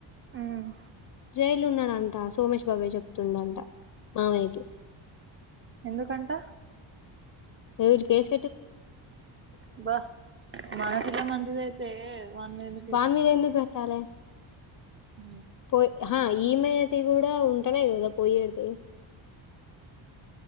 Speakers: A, on the right; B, on the left.
A: మ్మ్
B: జైలో ఉన్నాడంట సోమేష్ బాబాయ్ చెప్తుండంట మామయ్యకి
A: ఎందుకంట
B: ఎవరు కేస్
A: అబ్బా మన పిల్ల మంచిందిఅయితే మనము కేస్
B: వాన్ మీద ఎందుకు పెట్టాలి
A: ఉ
B: పోయ ఈమెది కూడా ఉంటనే కదా పోయేది